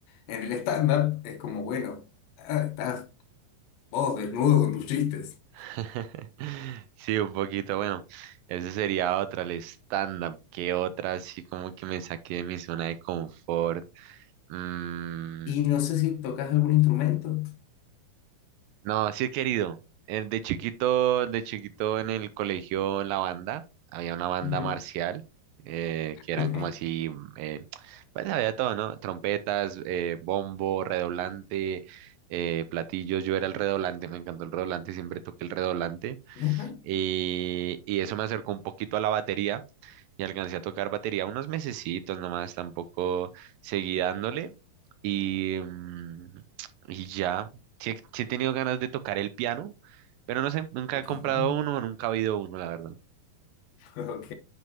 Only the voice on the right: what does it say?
<laughs> Sí, un poquito, bueno, esa sería otra, el stand-up, ¿qué otra así como que me saqué de mi zona de confort? Mm,
No, sí he querido. Eh, De chiquito, de chiquito en el colegio, la banda, había una banda
marcial, eh, que eran
como así, mm, eh, pues había todo, ¿no? Trompetas, eh, bombo, redoblante, eh, platillos. Yo era el redoblante, me encantó el redoblante, siempre toqué el redoblante.
Y, y eso me acercó un poquito a la batería y alcancé a tocar batería unos mesecitos nomás, tampoco seguí dándole y, mm, y ya, sí, he sí he tenido ganas de tocar el piano, pero no sé, nunca
he comprado
uno, nunca he oído uno, la verdad.